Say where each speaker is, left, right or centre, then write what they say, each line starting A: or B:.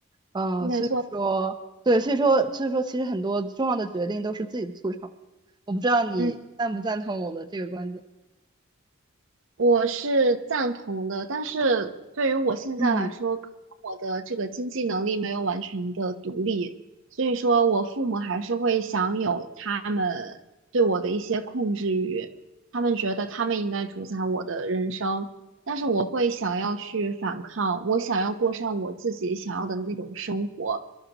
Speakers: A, on the right (about 20°); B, on the right (about 65°).
A: 呃，
B: 没错，
A: 所以说，对，所以说，所以说，其实很多重要的决定都是自己促成的。我不知道你赞不赞同我的这个观点。
B: 嗯，我是赞同的，但是对于我现在来说，
A: 嗯，
B: 可能我的这个经济能力没有完全的独立，所以说我父母还是会享有他们对我的一些控制欲，他们觉得他们应该主宰我的人生，但是我会想要去反抗，我想要过上我自己想要的那种生活。